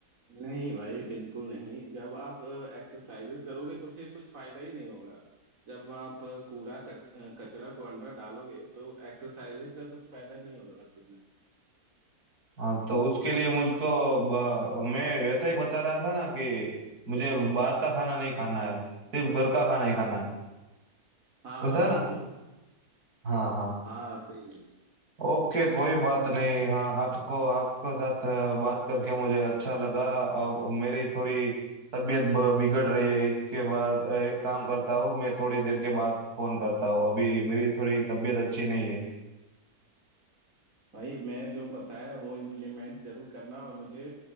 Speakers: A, on the right; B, on the right.
A: नहीं भाई बिल्कुल नहीं जब आप एक्सरसाइजेस करोगे तो फिर कुछ फायदा ही नहीं होगा जब आप अ, कूड़ा कच, अ, कचरा को अंदर डालोगे तो एक्सरसाइजेस का कुछ फायदा नहीं होगा फिर ना
B: हाँ तो उसके लिए मुझको ब- मैं वैसा ही बता रहा था ना कि मुझे बाहर का खाना नहीं खाना है सिर्फ घर का खाना ही खाना है
A: हाँ
B: वैसा
A: हाँ
B: है
A: बिल्कुल
B: ना हाँ हाँ
A: हाँ सही
B: ओके कोई बात नहीं हाँ आपको आपके साथ अ, बात करके मुझे अच्छा लगा अ, मेरी थोड़ी तबीयत ब- बिगड़ रही है इसके बाद अ, एक काम करता हूँ मैं थोड़ी देर के बाद फोन करता हूँ अभी मेरी थोड़ी तबीयत अच्छी नहीं है
A: भाई मैं जो बताया वो इम्प्लीमेंट जरूर करना और मुझे